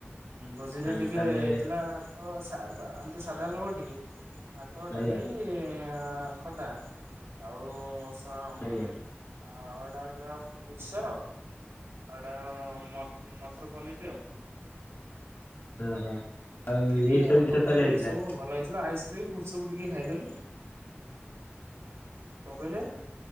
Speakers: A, on the right; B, on the left.
A: ଭୋଜିରେ
B: ହଁ
A: ଟିକେ
B: ତାହେଲେ
A: ହେଇଥିଲା ତ ସା ବା ଆମେତ ସାଦା ଲୋକ ଟିକେ ଭାତ
B: ଆଜ୍ଞା
A: ଡାଲି ଆ ଖଟା ଆଉ ସା ମା
B: ଆଜ୍ଞା
A: ମା ଆଉ ଏଟା ହଉଛି ମିକ୍ସଚର। କାରଣ ମ-ମଟର ପନିର୍ ଟେ ଆଉ।
B: ଓହୋ
A: ଆଉ
B: ଏଇ
A: ଖିରି
B: ସବୁ
A: ଆଉ
B: ଜିନିଷ
A: ପାମ୍ପଡ
B: ତାହେଲେ ହେଇଥିଲା
A: ଏଇ ସବୁ ଭଲ ହେଇଥିଲା ଆଇସ୍ କ୍ରିମ୍ ଗୁପଚୁପ ଟିକେ ଖାଇଦେଲୁ। କଣ କହିଲେ?